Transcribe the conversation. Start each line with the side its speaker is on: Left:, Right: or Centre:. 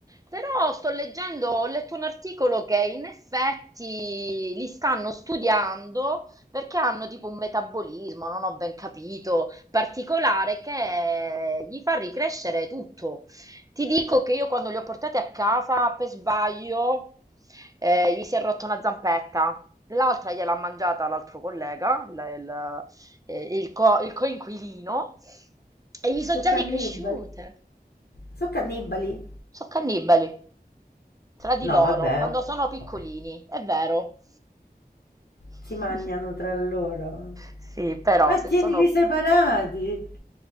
Right: però sto leggendo, ho letto un articolo che in effetti li stanno studiando perché hanno tipo un metabolismo, non ho ben capito, particolare che gli fa ricrescere tutto. Ti dico che io quando li ho portati a casa per sbaglio eh, gli si è rotta una zampetta. L'altra gliel'ha mangiata l'altro collega, il, il- eh, il co- il coinquilino, e gli sono
Left: So
Right: già
Left: cannibali.
Right: ricresciute.
Left: So cannibali?
Right: So' cannibali tra di
Left: No,
Right: loro
Left: vabbè,
Right: quando
Left: o-
Right: sono piccolini,
Left: ok.
Right: è vero. <laughs>
Left: Si mangiano tra loro.
Right: Sì, però
Left: Ma
Right: se
Left: tienili
Right: sono,
Left: separati.